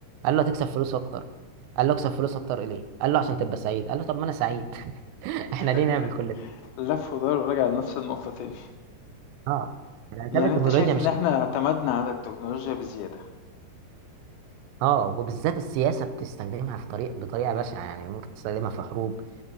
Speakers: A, on the right (about 85°); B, on the left (about 80°).
A: قال له هتكسب فلوس أكتر قال له اكسب فلوس أكتر ليه؟ قال له عشان تبقى سعيد قال له طب ما أنا سعيد <laughs>
B: <laughs>
A: احنا ليه نعمل كل
B: لف ودار وراجع لنفس النقطة تاني
A: اه الاسباب
B: يعني
A: التكنولوجيا
B: انت شايف
A: مش
B: ان احنا اعتمدنا على التكنولوجيا بزيادة
A: اه وبالذات السياسه بتستخدمها في طريق بطريقه بشعه يعني ممكن تستخدمها في حروب